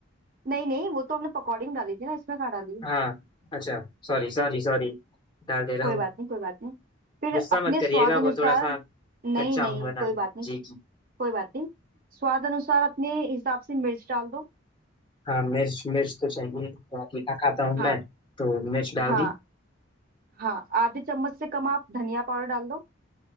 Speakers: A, on the right; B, on the left.
A: नहीं नहीं वो तो हमने पकौड़ी में डाली थी ना इसमें कहाँ डाली
B: हाँ अच्छा सॉरी सॉरी सॉरी डाल दे रहा
A: कोई
B: हूँ
A: बात नहीं कोई बात नहीं फिर
B: गुस्सा
A: अपने
B: मत करिएगा
A: स्वाद अनुसार
B: वो थोड़ा सा
A: नहीं
B: कच्चा
A: नहीं
B: हूँ बनाने
A: कोई बात
B: में।
A: नहीं
B: जी जी
A: कोई बात नहीं स्वाद अनुसार अपने हिसाब से मिर्च डाल दो
B: हाँ मिर्च मिर्च तो चाहिए थोड़ा तीखा खाता हूँ
A: हाँ
B: मैं तो मिर्च डाल
A: हाँ
B: दी
A: हाँ आधे चम्मच से कम आप धनिया पाउडर डाल दो